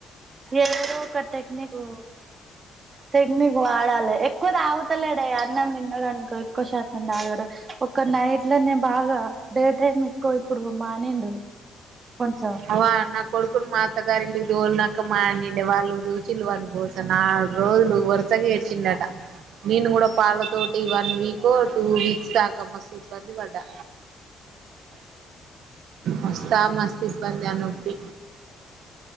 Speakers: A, on the right (about 40°); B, on the right (about 75°).
A: ఏదో ఒక టెక్నికు టెక్నిక్ వాడాలి ఎక్కువ తాగుత <unintelligible> అన్నం తిన్నడు అనుకో ఎక్కువ శాతం తాగడు ఒక్క నైట్ లో నే బాగా డే టైమ్ ఎక్కువ ఇప్పుడు మానిండు కొంచెం
B: అవ నా కొడుకుని మాత గారింటికి తోలినాక మారిండు వాళ్ళు దూచి వా కోసం నాలుగు రోజులు వరుసగా ఏడ్చిండట నేను కూడా పాల తోటి వన్ వీక్ టూ వీక్స్ దాకా మస్తు ఇబ్బంది పడ్డా మస్తా మస్ ఇబ్బంది ఆ నొప్పి